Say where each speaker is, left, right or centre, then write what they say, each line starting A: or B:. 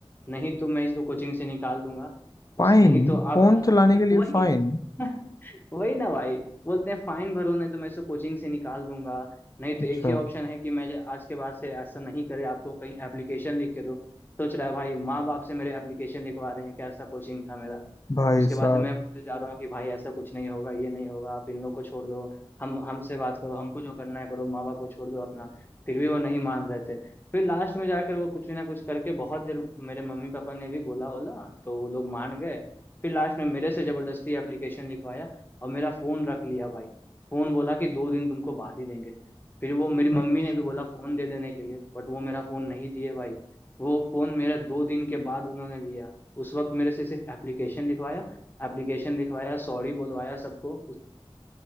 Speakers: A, on the left (about 20°); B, on the left (about 35°).
A: नहीं तो मैं इसको कोचिंग से निकाल दूंगा
B: फाइन
A: उस नहीं तो आप
B: फोन
A: ऐसा
B: चलाने
A: <laughs>
B: के लिए
A: वही
B: फाइन
A: <laughs> वही ना भाई बोलते हैं फाइन भरो नहीं तो मैं इसको कोचिंग से निकाल दूंगा नहीं तो
B: अच्छा
A: एक ही ऑप्शन है कि मैं जे- आज के बाद से ऐसा नहीं करे आपको कहीं एप्लीकेशन लिख के दो सोच रहा है भाई माँ बाप से मेरे एप्लीकेशन लिखवा रहे हैं कैसा कोचिंग था मेरा
B: भाई
A: उसके बाद
B: साहब
A: से मैं बोले जा रहा हूँ कि भाई ऐसा कुछ नहीं होगा ये नहीं होगा आप इन लोग को छोड़ दो हम हमसे बात करो हमको जो करना है करो माँ बाप को छोड़ दो अपना फिर भी वो नहीं मान रहे थे फिर लास्ट में जाकर वो कुछ ना कुछ करके बहुत देर मेरे मम्मी पापा ने भी बोला बोला तो वो लोग मान गए फिर लास्ट में मेरे से जबरदस्ती एप्लीकेशन लिखवाया और मेरा फोन रख लिया भाई फोन बोला कि दो दिन तुमको बाद ही देंगे फिर वो मेरी मम्मी
B: अब-
A: ने भी बोला फोन दे देने के लिए बट वो मेरा फोन नहीं दिए भाई वो फोन मेरा दो दिन के बाद उन्होंने दिया उस वक्त मेरे से सिर्फ एप्लीकेशन लिखवाया एप्लीकेशन लिखवाया सॉरी बुलवाया सबको उसके